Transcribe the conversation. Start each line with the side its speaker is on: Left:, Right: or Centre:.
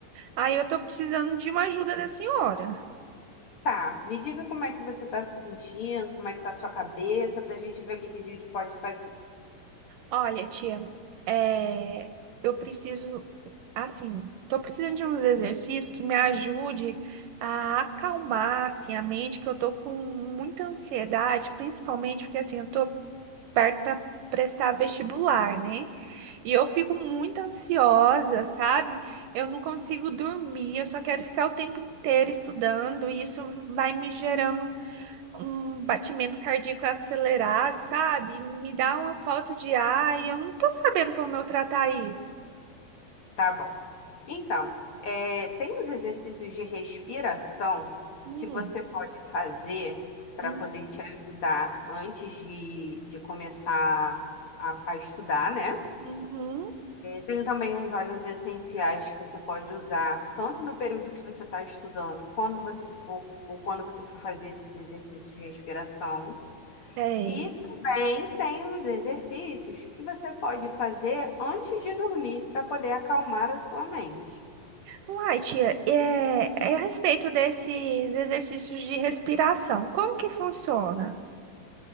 Right: Aí eu tô precisando de uma ajuda da senhora.
Left: Tá, me diga como é que você tá se sentindo, como é que tá a sua cabeça, pra gente ver o que que a gente pode fazer.
Right: Olha, tia, é, eu preciso Assim, tô precisando de uns exercícios que me ajude a acalmar, assim, a mente, que eu tô com muita ansiedade, principalmente porque, assim, eu tô perto para prestar vestibular, né? E eu fico muito ansiosa, sabe? Eu não consigo dormir, eu só quero ficar o tempo inteiro estudando, e isso vai me gerando um batimento cardíaco acelerado, sabe? Me dá uma falta de ar, e eu não tô sabendo como eu tratar isso.
Left: Tá bom. Então, é, tem uns exercícios de respiração
Right: Hum,
Left: que você pode fazer para
Right: hum,
Left: poder te ajudar antes de, de começar a a estudar, né?
Right: uhum.
Left: Tem também uns óleos essenciais que você pode usar, tanto no período que você está estudando, quando você for, ou quando você for fazer esses exercícios de respiração.
Right: Sei.
Left: E também tem os exercícios que você pode fazer antes de dormir, para poder acalmar a sua mente.
Right: Uai, tia, é, é a respeito desses exercícios de respiração, como que funciona?